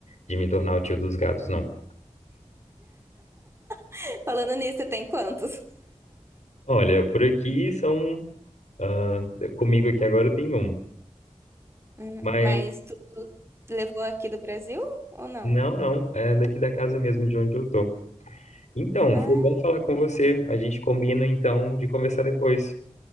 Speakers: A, on the left (about 75°); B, on the right (about 20°).
A: de me tornar o tio dos gatos, não.
B: <laughs> Falando nisso, você tem quantos?
A: Olha, por aqui são. ah, comigo aqui agora tem um,
B: Hum,
A: mas
B: Mas tu levou aqui do Brasil ou não?
A: não, não, é daqui da casa mesmo de onde eu tô. Então,
B: Ah,
A: foi bom falar com você. A gente combina então de conversar depois.